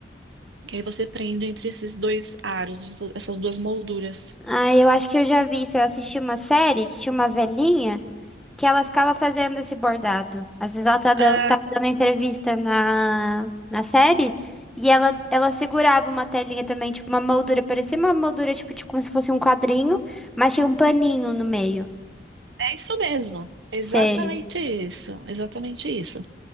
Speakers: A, on the right (about 85°); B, in the centre.
A: Que aí você prende entre esses dois aros, essas essas duas molduras.
B: Ah, eu acho que eu já vi isso. Eu assisti uma série que tinha uma velhinha. que ela ficava fazendo esse bordado. Às vezes ela tá da-
A: Ah,
B: tava dando entrevista na, na série e ela, ela segurava uma telinha também, tipo uma moldura, parecia uma moldura tipo de como se fosse um quadrinho, mas tinha um paninho no meio.
A: É isso mesmo. Exatamente
B: Sei.
A: isso. Exatamente isso.